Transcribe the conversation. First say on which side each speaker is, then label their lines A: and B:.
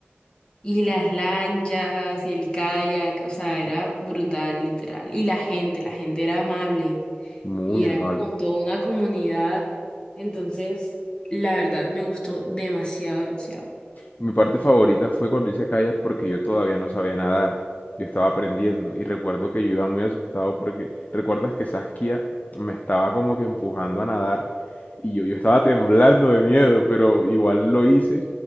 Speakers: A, on the left; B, on the left.
A: Y las lanchas y el kayak, o sea, era brutal, literal. Y la gente, la gente era amable
B: Muy
A: y era
B: amable.
A: como toda una comunidad. Entonces, la verdad me gustó demasiado, demasiado.
B: Mi parte favorita fue cuando hice kayak porque yo todavía no sabía nadar. Yo estaba aprendiendo y recuerdo que yo iba muy asustado porque recuerdas que Saskia me estaba como que empujando a nadar y yo, yo estaba temblando de miedo, pero igual lo hice.